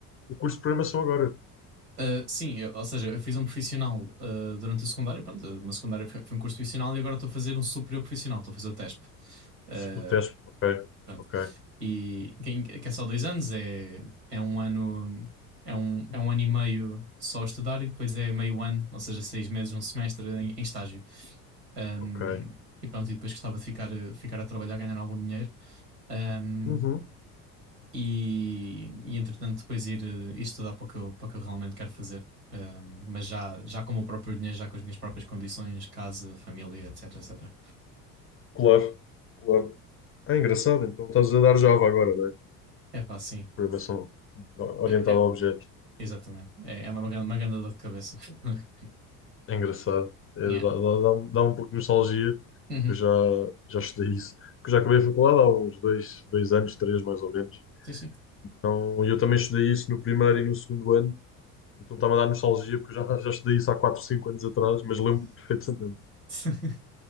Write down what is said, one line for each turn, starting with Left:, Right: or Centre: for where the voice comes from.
Left: o curso de programação agora,
Right: Eh, sim, eu- ou seja, eu fiz um profissional eh, durante a secundária, pronto, uma secundária foi, foi um curso profissional e agora estou a fazer um superior profissional, estou a fazer o TESP. Uh,
Left: o teste, ok,
Right: Pronto.
Left: ok,
Right: E quem- que é só dois anos, é, é um ano, é um, é um ano e meio só a estudar e depois é meio ano, ou seja, seis meses, um semestre em, em estágio. Um,
Left: ok.
Right: e pronto, e depois gostava de ficar, eh, ficar a trabalhar, ganhar algum dinheiro. Um,
Left: Uhum.
Right: e, e entretanto depois ir, eh, ir estudar para o que eu, para o que eu realmente quero fazer. Um, mas já, já com o meu próprio dinheiro, já com as minhas próprias condições, casa, família, etc, etc.
Left: Claro, claro. É engraçado, então estás a dar Java agora, não é?
Right: É pá, <coughs> sim.
Left: Programação orientada
Right: Eh, é,
Left: a objetos.
Right: Exatamente. É, é uma, gran- uma grande dor de cabeça. <laughs>
Left: É engraçado. É, dá,
Right: Yeah.
Left: dá, dá um dá um pouco de nostalgia,
Right: Uhum.
Left: que eu já, já estudei isso. Porque eu já acabei a faculdade há uns dois, dois anos, três mais ou menos.
Right: Sim, sim.
Left: Então, eu também estudei isso no primeiro e no segundo ano. Então está-me a dar nostalgia, porque eu já, já estudei isso há quatro, cinco anos atrás, mas lembro-me perfeitamente.
Right: <laughs>